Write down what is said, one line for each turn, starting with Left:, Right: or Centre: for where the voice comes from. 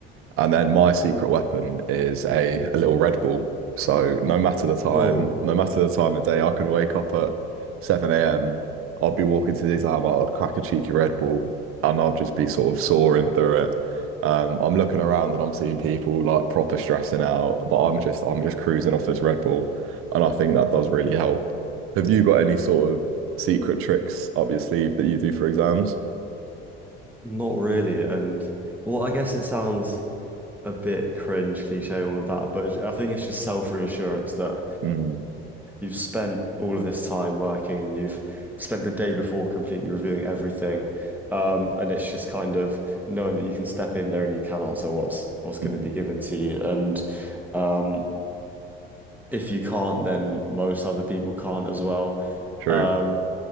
Right: And then my secret weapon is a, a little Red Bull. So no matter the time,
Centre: Oh,
Right: no matter the time of day, I can wake up at 7 a.m. I'll be walking to the exam, I'll crack a cheeky Red Bull and I'll just be sort of soaring through it. Um, I'm looking around and I'm seeing people like proper stressing out, but I'm just I'm just cruising off this Red Bull. And I think that does really help. Have you got any sort of secret tricks up your sleeve that you do for exams?
Centre: not really. And well, I guess it sounds a bit cringe, cliche, all of that, but I think it's just self-reassurance that
Right: <laughs> mm,
Centre: You've spent all of this time working and you've spent the day before completely reviewing everything. Um, and it's just kind of knowing that you can step in there and you can answer what's what's going
Right: mm,
Centre: to be given to you. And um, if you can't, then most other people can't as well.
Right: True.
Centre: Um,